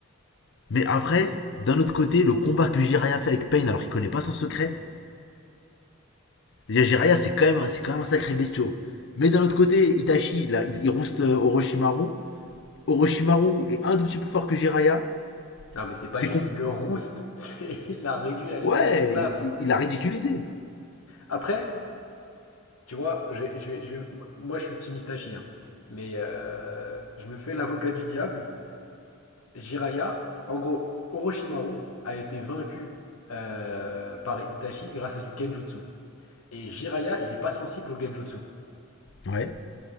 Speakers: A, on the left; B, on the left.
A: Mais après, d'un autre côté, le combat que Jiraya fait avec Pain alors qu'il connaît pas son secret. Déjà, Jiraya, c'est quand, même c'est quand même un sacré bestiau. Mais d'un autre côté, Itachi, là, il, il rouste euh, Orochimaru. Orochimaru est un tout petit peu plus fort que Jiraya.
B: Non, mais c'est pas
A: C'est
B: juste,
A: qu'on
B: il le rouste, <laughs> c'est- il l'a réduit à l'état
A: Ouais,
B: d'esclave.
A: il, il- il a ridiculisé.
B: Après, tu vois, je vais- je vais- je vais- moi je suis Timitachi, hein, mais euh, je me fais l'avocat du diable. Jiraiya, en gros, Orochimaru a été vaincu euh, par Itachi grâce à du Genjutsu. Et Jiraiya, il n'est pas sensible au Genjutsu.
A: Ouais.